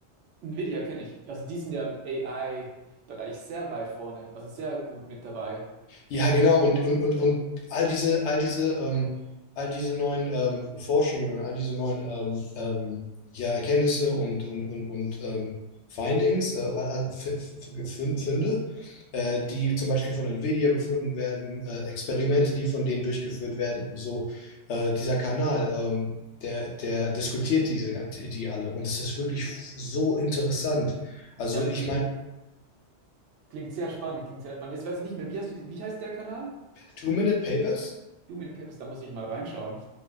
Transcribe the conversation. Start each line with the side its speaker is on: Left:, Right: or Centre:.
Right: Nvidia kenne ich. Also die sind ja im AI-Bereich sehr weit vorne, also sehr gut mit dabei.
Left: Ja, genau, und, und, und, und all diese, all diese, ähm, all diese neuen ähm, Forschungen, all diese neuen ähm, ähm, ja, Erkenntnisse und, und, und, und ähm, Findings, äh, äh, F- F- Fün- Funde, äh, die zum Beispiel von Nvidia gefunden werden, äh, Experimente, die von denen durchgeführt werden, und so äh, dieser Kanal, ähm, der, der diskutiert diese, die, die alle. Und es ist wirklich so interessant. Also
Right: Ja,
Left: ich
Right: klingt,
Left: meine,
Right: klingt sehr spannend, klingt sehr spannend. Jetzt weiß ich nicht mehr, wie hast du, wie heißt der Kanal?
Left: Two-Minute-Papers
Right: Human Papers, da muss ich mal reinschauen.